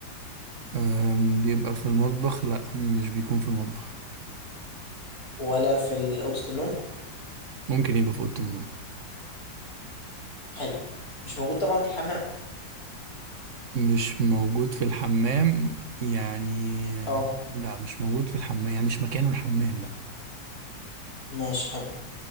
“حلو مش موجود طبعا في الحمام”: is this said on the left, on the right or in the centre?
Left